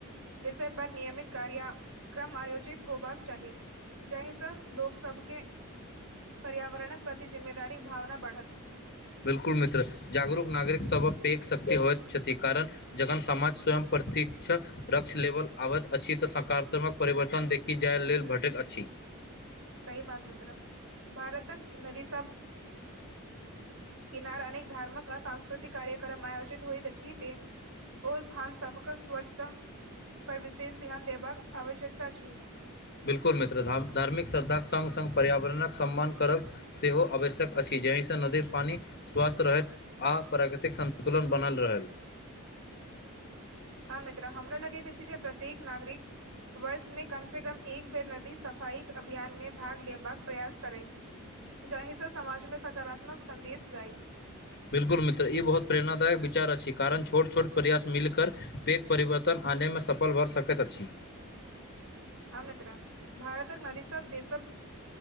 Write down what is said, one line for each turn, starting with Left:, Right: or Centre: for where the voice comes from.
Right: विषय पर नियमित कार्या क्रम आयोजित होबाक चाही। जहिसँ लोक सबके पर्यावरणक प्रति जिम्मेदारी भावना बढ़त।
Left: बिल्कुल मित्र, जागरूक नागरिक सबहक पेघ शक्ति होय छथि कारण। जखन समामाज स्वयं प्रतीक्ष रक्ष लेबल आबैत अछि तऽ सकारात्मक परिवर्तन देखि। की जाय लेल भेटैत अछि।
Right: सही बात मित्र, भारतक नदी सब। किनार अनेक धार्मक आ संस्कृतिक कार्यक्रम आयोजित होइत अछि। ओ स्थान सबकऽ स्वच्छता पर विशेष ध्यान देबाक आवश्यकता छै।
Left: बिल्कुल मित्र, ध धार्मिक श्रद्धाके सङ्ग-सङ्ग पर्यावरणक सम्मान करब। सेहो आवश्यक अछि, जहिसँ नदी पानि स्वस्थ रहैत। आ प्राकृतिक संतुलन बनल रहल।
Right: <inaudible> हँ मित्र, हमरा लगैत अछि जे प्रत्येक नागरिक वर्ष में कम से कम। एक बेर नदी सफाईक अभियान। में भाग लेबाक प्रयास करै, जाहिसँ समाज में सकारात्मक संदेश जाइ।
Left: बिल्कुल मित्र, ई बहुत प्रेरणाादायक विचार अछि, कारण छोट-छोट प्रयास मिलकर पैक। परिवर्तन आनैमें सफल भऽ सकैत अछि।
Right: हँ मित्र, भारतक नदी सब देशक